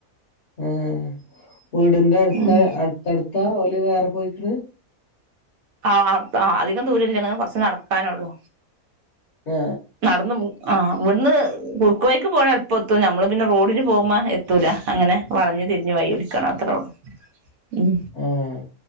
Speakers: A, on the left; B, on the right.
A: ഏ വീടിന്റെ അടുത്താ
B: ഉം
A: അടുത്ത്ടുത്താ ഓല് വേറെ പോയിക്ക്ണ്.
B: ആഹ് താ അധികം ദൂരല്ല്യ. ഇങ്ങനെ കൊറച്ച് നടക്കാനള്ളു.
A: ആ
B: നടന്ന്പോവും ആഹ് ഇവട്ന്ന്പോവും കുവയ്ക്ക് പോണ് എല്ല്പം എത്തും. നമ്മള് പിന്നെ റോഡിന് പോവുമ്മ എത്തൂല്ല അങ്ങനെ വളഞ്ഞ തിരിഞ് ഞ് വഴിട്ക്കണം അത്രള്ളൂ. ഉും
A: ആഹ്